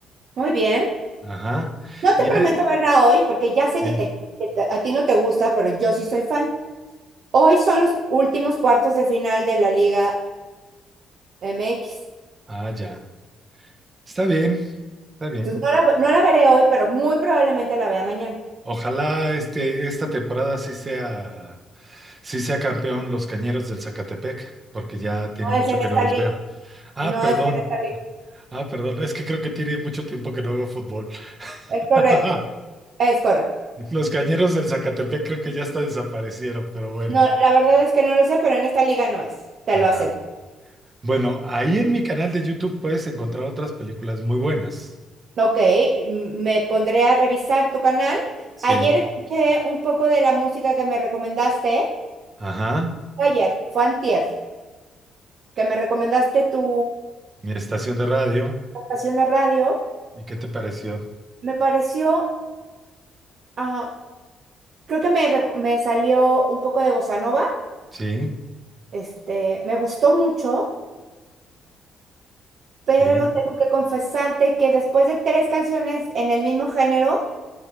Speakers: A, on the right (about 60°); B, on the right (about 30°).
A: Muy bien.
B: Ajá.
A: No te
B: Y,
A: prometo
B: ahí-
A: verla hoy porque ya sé
B: sí,
A: que, te- que te- a ti no te gusta, pero yo sí soy fan. Hoy son los últimos cuartos de final de la Liga MX.
B: ah, ya. Está bien, está bien.
A: Entonces no la, no la veré hoy, pero muy probablemente la vea mañana.
B: Ojalá este, esta temporada sí sea, sí sea campeón los Cañeros del Zacatepec, porque ya tiene
A: No
B: mucho
A: es en
B: que
A: esta
B: no los
A: liga,
B: veo. Ah,
A: no
B: perdón.
A: es en esta liga.
B: Ah, perdón. Es que creo que tiene mucho tiempo que no veo fútbol.
A: Es correcto,
B: <laughs>
A: es correcto.
B: Los Cañeros del Zacatepec creo que ya hasta desaparecieron, pero bueno.
A: No, la verdad es que no lo sé, pero en esta liga no es, te
B: Ajá.
A: lo aseguro.
B: Bueno, ahí en mi canal de YouTube puedes encontrar otras películas muy buenas.
A: Ok, m- me pondré a revisar tu canal.
B: Sí.
A: Ayer escuché un poco de la música que me recomendaste.
B: Ajá.
A: Fue Ayer, fue antier, que me recomendaste tu
B: Mi estación de radio.
A: estación de radio.
B: ¿Y qué te pareció?
A: Me pareció, ah, creo que me, rec- me salió un poco de bossa nova.
B: Sí.
A: Este, me gustó mucho, pero
B: Sí.
A: tengo que confesarte que después de tres canciones en el mismo género,